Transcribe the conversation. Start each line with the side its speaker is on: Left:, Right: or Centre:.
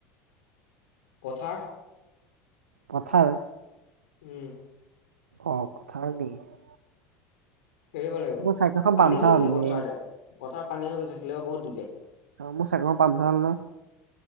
Left: পথাৰ।
Right: পথাৰ?
Left: উম!
Right: অ, পথাৰ নেকি?
Left: হেৰি কৰিব লাগিব,
Right: মোৰ চাইকেলখন
Left: পানী
Right: পামচাৰ
Left: হৈ গৈছে
Right: হ'ল
Left: পথাৰতে।
Right: বে
Left: পথাৰত পানী হৈ গৈছে খেলিব বহুত দিগদাৰি
Right: মোৰ চাইকেলখন পামচাৰ হ'ল নহয়।